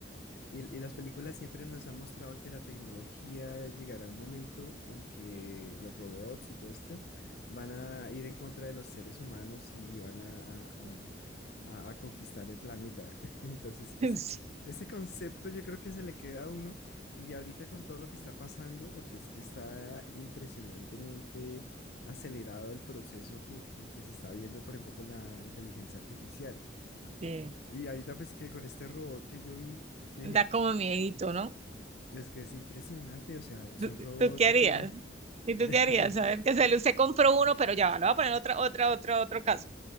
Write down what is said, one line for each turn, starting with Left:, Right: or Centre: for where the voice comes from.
Left: Y, y las películas siempre nos han mostrado que la tecnología llegará a un momento en que los robots y todo esto van a ir en contra de los seres humanos y, y van a, a- a- a, a conquistar el planeta. <laughs> Entonces,
Right: <laughs>
Left: ese, ese concepto yo creo que se le queda a uno y ahorita con todo lo que está pasando, porque es que está impresionantemente acelerado el proceso que, que, que se está viendo, por ejemplo, con la inteligencia artificial.
Right: Sí.
Left: Y ahorita pues que con este robot que yo vi, yo dije,
Right: Da como miedito, ¿no?
Left: es que es impresionante, o sea, es
Right: ¿Tú,
Left: un robot
Right: tú qué
Left: que
Right: harías?
Left: tiene.
Right: ¿Y tú
Left: <laughs>
Right: qué harías? Saber que se le- usted compró uno, pero ya va, le voy a poner otra, otra, otra, otro caso.